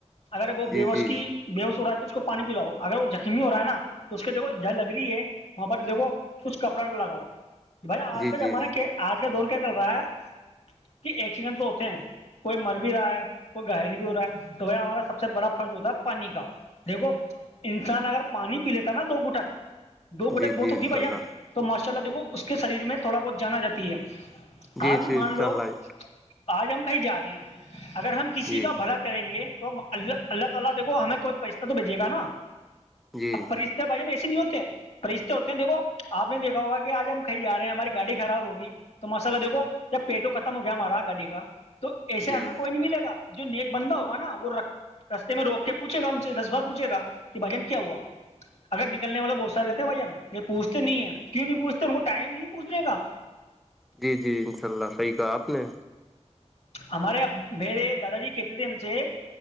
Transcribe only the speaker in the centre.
جی جی
جی
جی
جی
جی
انشاء
اللہ
جی
جی
انشاء
اللہ
جی
جی
جی
جی جی انشاء اللہ صحیح کہا آپ نے